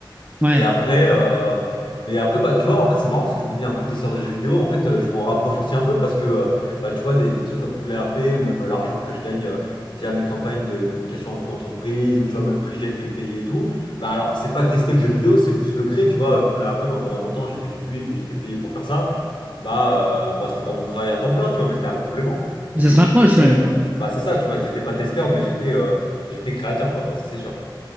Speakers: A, on the right; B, on the left.
A: Ouais,
B: Et après, euh, mais après, bah, tu vois, en fait, c'est marrant parce que je me dis un peu testeur de jeux vidéo. En fait, euh, je m'en rapproche aussi un peu parce que, euh, bah, tu vois, des, des trucs comme Poulet RP ou même euh, l'argent que je gagne euh, via mes campagnes de communication en toute entreprise ou tu vois, même Frigel qui me payait et tout. Bah, alors, c'est pas tester le jeu vidéo, c'est plus le créer, tu vois. Poulet RP, moi, pendant longtemps, j'ai fait du build et j'étais payé pour faire ça. Bah, euh, bon, c'était pas mon travail à temps plein, tu vois, mais c'était un complément.
A: Mais
B: Et
A: ça se
B: donc,
A: rapproche,
B: euh, ouais,
A: ouais.
B: euh, bah, c'est ça, tu vois, j'étais pas testeur, mais j'étais euh, j'étais créateur, quoi, ouais, ça c'est sûr.